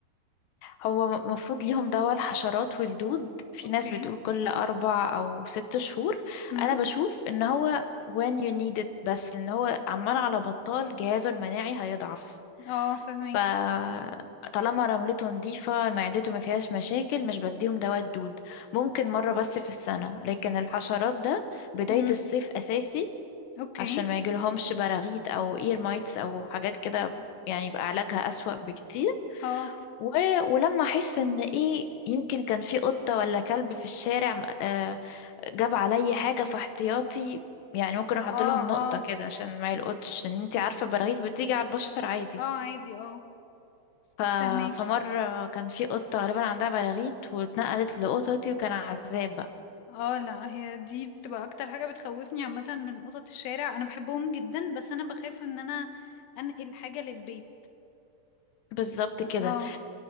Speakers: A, on the left; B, on the left.
A: هو المفروض ليهم دواء الحشرات والدود في
B: اوكي
A: ناس بتقول كل أربع أو ست شهور
B: امم
A: أنا بشوف إن هو when you need it بس لأن هو عمال على بطال جهازه المناعي هيضعف
B: اه فهماكي
A: فطالما رملته نظيفة معدته ما فيهاش مشاكل مش بديهم دواء الدود ممكن مرة بس في السنة لكن الحشرات ده بداية
B: امم
A: الصيف أساسي
B: اوكي
A: عشان ما يجيلهمش براغيث أو إير مايتس أو حاجات كده يعني يبقى علاجها أسوأ بكتير
B: اه
A: و... ولما أحس إن إيه يمكن كان في قطة ولا كلب في الشارع آه، جاب عليا حاجة في احتياطي يعني ممكن احط
B: اه
A: لهم نقطة
B: اه
A: كده عشان ما يلقطش ان انتي عارفة براغيث بتيجي على البشر عادي
B: اه عادي اه
A: ف...
B: فهماكي
A: فمرة كان في قطة غالبا عندها بلاغيت واتنقلت لقطتي وكان عذاب بقى
B: اه لا هي دي بتبقى اكتر حاجة بتخوفني عامة من قطط الشارع انا بحبهم جدا بس انا بخاف ان انا انقل حاجة للبيت
A: بالظبط كده
B: اه